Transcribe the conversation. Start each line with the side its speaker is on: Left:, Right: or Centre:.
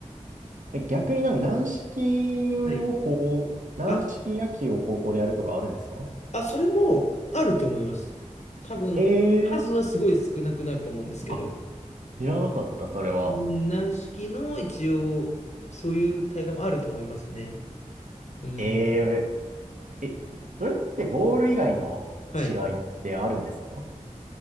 Right: <laughs> 逆になんか軟式をこう、
Left: はい。
Right: 軟式野球を高校でやるとかあるんですか
Left: あ、あ、それもあると思います。多分、
Right: ええー、
Left: 数はすごい少なくなると思うんですけど、
Right: あ、
Left: う
Right: 知らなかった、それは。
Left: ん軟式の一応、そういう大会もあると思いますね。うん。
Right: ええー、え、それってボール以外の違いってあるんですか
Left: はい。